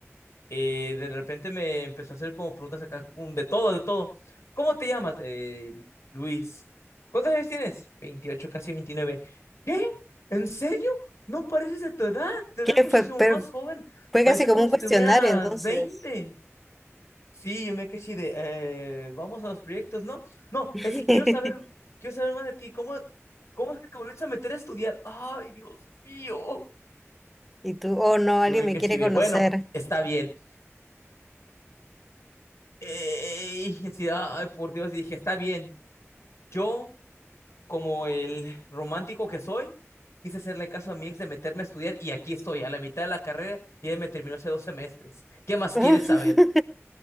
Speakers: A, on the left; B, in the centre.
A: Eh, de repente me empezó a hacer como preguntas acá, um, de todo, de todo. ¿Cómo te llamas? Eh, Luis. ¿Cuántos años tienes? veintiocho casi veintinueve ¿Qué? ¿En serio? No pareces de tu edad, te ves
B: ¿Qué
A: muchísimo
B: fue? Pero
A: más joven.
B: fue
A: Parece
B: casi como
A: como
B: un
A: si
B: cuestionario
A: tuvieras
B: entonces.
A: veinte Sí, yo me quedé así de, eh, vamos a los proyectos, ¿no? No,
B: <laughs>
A: es que quiero saber, quiero saber más de ti. ¿Cómo, cómo es que te volviste a meter a estudiar? Ay, Dios mío.
B: Y tú, oh no, alguien
A: Yo me
B: me
A: quedé
B: quiere
A: así de,
B: conocer.
A: bueno, está bien. eh, y así, ay, por Dios, y dije, está bien. Yo, como el romántico que soy, quise hacerle caso a mi ex de meterme a estudiar y aquí estoy, a la mitad de la carrera y él me terminó hace dos semestres. ¿Qué más
B: <laughs>
A: quieres saber?
B: Tú